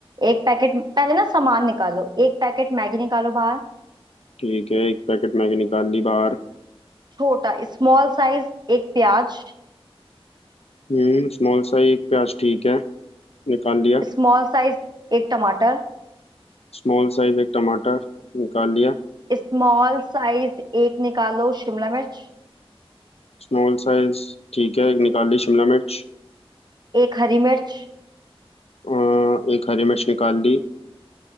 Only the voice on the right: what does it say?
एक पैकेट पहले ना सामान निकालो एक पैकेट मैगी निकालो बाहर
छोटा स्मॉल साइज एक प्याज
स्मॉल साइज एक टमाटर
स्मॉल साइज एक निकालो शिमला मिर्च
एक हरी मिर्च